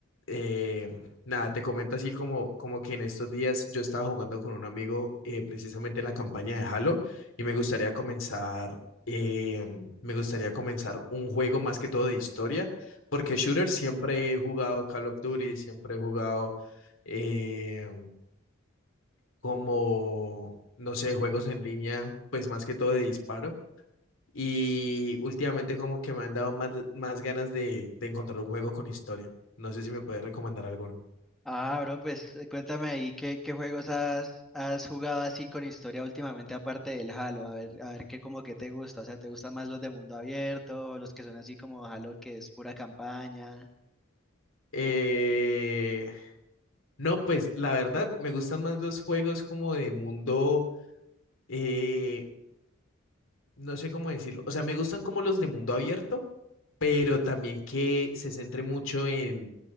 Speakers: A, on the left (about 75°); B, in the centre.
A: eh, nada, te comento así como, como que en estos días yo estaba jugando con un amigo eh, precisamente la campaña de Halo y me gustaría comenzar, eh, me gustaría comenzar un juego más que todo de historia, porque shooter siempre he jugado Call of Duty, siempre he jugado eh, como, no sé, juegos en línea, pues más que todo de disparo y últimamente como que me han dado más, más ganas de, de encontrar un juego con historia. No sé si me puedes recomendar alguno.
B: Ah, bro, pues eh, cuéntame ahí qué, qué juegos has, has jugado así con historia últimamente aparte del Halo, a ver, a ver qué como que te gusta, o sea, ¿te gustan más los de mundo abierto, o los que son así como Halo que es pura campaña?
A: Eh, no, pues la verdad me gustan más los juegos como de mundo, eh, no sé cómo decirlo. O sea, me gustan como los de mundo abierto pero también que se centre mucho en,